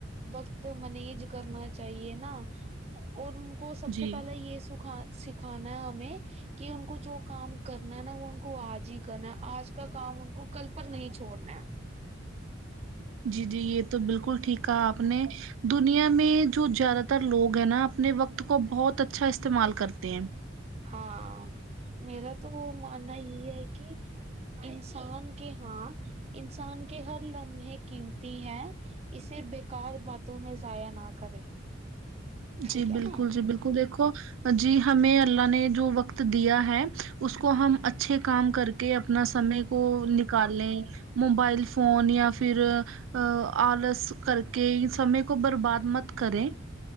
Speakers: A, on the right (about 30°); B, on the right (about 80°).
A: وقت مینیج کرنا چاہیے نا اور ان کو سب سے
B: جی
A: پہلے یے سوکھا سکھانا ہے ہمیے کی ان کو جو کام کرنا ہے نا وہ ان کو آج ہی کرنا ہے آج کا کام ان کو کل پر نہیں چھڑنا ہے
B: جی جی یے تو بالکل ٹھیک ہے آپ نے دنیا میں جو زیادہ تر لوگ ہیں نا اپنے وقت کو بہت اچھا استعمال کرتے ہیں
A: ہاں میرا تو ماننا یے ہے کی انسان کے ہاں انسان کے ہر لمحے قیمتی ہے اسے بیکار باتوں میں ضائع نہ کرے ٹھیک
B: جی
A: ہے
B: بالکل
A: نا
B: جی بالکل دیکھو جی ہمیں اللہ نے جو وقت دیا ہے اس کو ہم اچ چھے کام کر کے اپنا سمے کو نکال لیں موبائل فون یا فیر آ آلس کر کے ان سمے کو برباد مت کریں